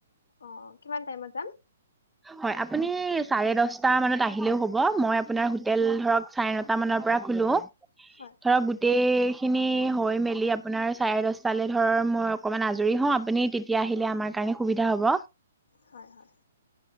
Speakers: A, on the left (about 80°); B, in the centre.
A: অ কিমান টাইমত যাম
B: হয় আপুনি চাৰে দহটা মানত আহিলেও হ'ব মই আপোনাৰ হোটেল ধৰক চাৰে নটা মানৰ পৰা খোলো
A: হয়
B: ধৰক গো টেই খিনি হৈ মেলি আপোনাৰ চাৰে দছটালৈ ধৰ মই অকণমান আজৰি হওঁ আপুনি তেতিয়া আহিলে আমাৰ কাৰণে সুবিধা হ'ব
A: হয় হয়